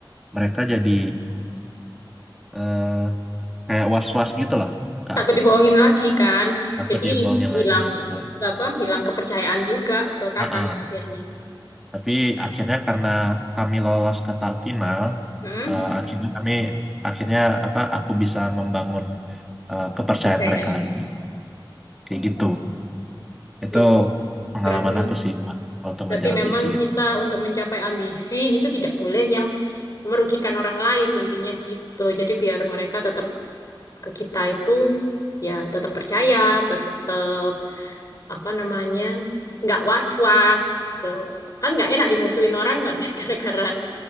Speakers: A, in the centre; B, on the left.
A: mereka jadi eh, kayak was-was gitu loh ke
B: Takut
A: aku
B: dibohongin lagi kan.
A: aku
B: Jadi
A: dia bohongin
B: hilang
A: lagi gitu
B: apa? Hilang kepercayaan juga ke kakak
A: Heeh.
B: akhirnya.
A: Tapi akhirnya karena kami lolos ke tahap final,
B: Hmm,
A: eh, akhirnya kami akhirnya apa aku bisa membangun eh, kepercayaan
B: kepercayaan.
A: mereka lagi. Kayak
B: Oh,
A: gitu. Itu
B: ya
A: pengalaman
B: berarti
A: aku sih Wan, waktu
B: Berarti
A: ngejar ambisi
B: memang
A: gitu.
B: kita untuk mencapai ambisi itu tidak boleh yang s- merugikan orang lain intinya gitu. Jadi biar mereka tetap ke kita itu ya tetap percaya, tetap apa namanya nggak was-was gitu. Kan nggak enak dimusuhin orang kan <laughs> gara-gara